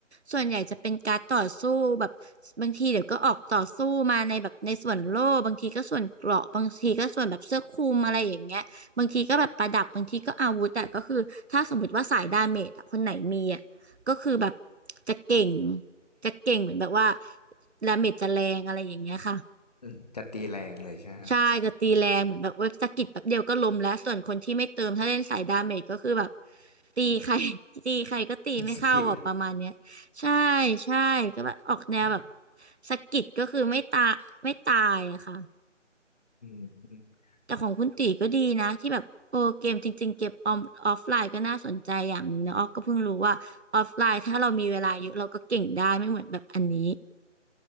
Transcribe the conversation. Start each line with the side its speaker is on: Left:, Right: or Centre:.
Right: ส่วนใหญ่จะเป็นการต่อสู้แบบบางทีเดี๋ยวก็ออกต่อสู้มาในแบบในส่วนโล่บางทีก็ส่วนเกราะบางทีก็ส่วนแบบเสื้อคลุมอะไรอย่างเงี้ยบางทีก็แบบประดับบางทีก็อาวุธแต่ก็คือถ้าสมมติว่าสายดาเมจอะคนไหนมีอะก็คือแบบจะเก่งจะเก่งเหมือนแบบว่าดาเมจจะแรงอะไรอย่างเงี้ยค่ะ
Left: อืมจะตีแรงเลยใช่ไหมฮะ
Right: ใช่จะตีแรงเหมือนแบบเว็บสะกิดแป๊บเดียวก็ล้มแล้วส่วนคนที่ไม่เติมถ้าเล่นสายดาเมจก็คือแบบตีใคร <laughs> ตีใครก็ตีไม่เข้าอ่ะประมาณเนี้ยใช่
Left: <laughs> สะกิด
Right: ใช่ก็แบบออกแนวแบบ
Left: <laughs>
Right: สะกิดก็คือไม่ตาไม่ตายอะค่ะ
Left: อืม
Right: แต่ของคุณตีก็ดีนะที่แบบโอ้เกมจริงๆเกบออมออฟไลน์ก็น่าสนใจอย่างหนึ่งนะออกก็เพิ่งรู้ว่าออฟไลน์ถ้าเรามีเวลาเยอะเราก็เก่งได้ไม่เหมือนแบบอันนี้